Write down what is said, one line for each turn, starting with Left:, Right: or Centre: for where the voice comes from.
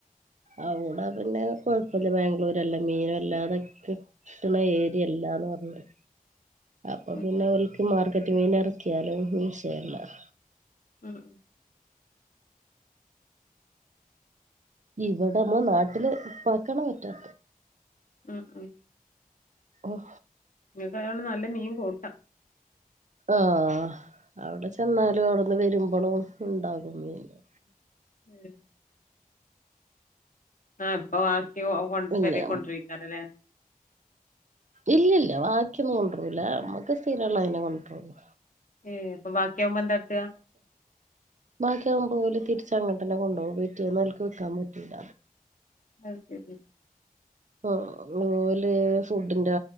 Right: അവിടെ പിന്നെ കൊഴപ്പില്ല ബാംഗ്ലൂരല്ല മീനും അല്ലാതൊക്കെ കിട്ടണ ഏരിയ അല്ലാന്ന് പറഞ്ഞഞ് അപ്പൊ
Left: ഉം
Right: പിന്നെ ഒളക്ക് മാർ <unintelligible> മീൻ ഇറക്കിയാലൊ മീൻ <unintelligible>
Left: ഉം ഉ
Right: ഇവിടെമ്മ നാട്ടില് വാക്കണ പറ്റാ
Left: ആഹ ഉഹ
Right: ഓഹ
Left: നിനക്ക് അതോണ്ട് നല്ല മീൻ കൂട്ടാം
Right: ആ ആ അവിടെ ചെന്നാലും അവിടെന്ന് വരുമ്പോഴും ഉണ്ടാകും മീന്
Left: ഉം ആ ഇപ്പ കൊണ്ട്
Right: പിന്നെ
Left: പൊര കൊണ്ടിക്കാറല്ലേ
Right: ഇല്ലല്ല ബാക്കിയൊന്നും കൊണ്ടൂരൂല നമുക്ക് സ്ഥരള്ള അതിനെ കൊണ്ടുവരുള്ളൂ
Left: ഏ അപ്പൊ ബാക്കിയാകുമ്പോ എന്താട്ട
Right: ബാക്കിയാകുമ്പോല് തിരിച്ചങ്ങട്ടന്നെ കൊണ്ടോവും പിറ്റ്യേന്നോൽക്ക് വ്ക്കാൻ പറ്റൂല
Left: അത് ശരി
Right: ഉം ഓല് ഫുഡിന്റെ